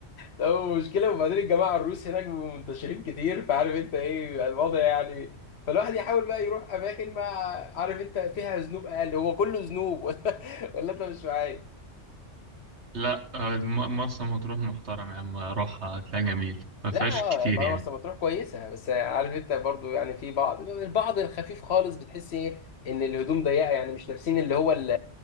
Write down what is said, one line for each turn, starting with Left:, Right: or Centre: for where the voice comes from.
Left: لا مشكلة وبعدين الجماعة الروس هناك بيبقوا منتشرين كتير فعارف انت ايه بيبقى الوضع يعني فالواحد يحاول بقى يروح اماكن ما عارف انت فيها ذنوب اقل هو كله ذنوب <laughs> ولا, ولا انت مش معايا
Right: لا آه، الم- مرسى مطروح محترم يا عم روحها هتلاقي جميل ما
Left: لا
Right: فيهاش كتير
Left: آه، ما
Right: يعني
Left: مرسى مطروح كويسة بس عارف انت برضو يعني في بعض البعض الخفيف خالص بتحس ايه ان الهدوم ضيقة يعني مش لابسين اللي هو ال-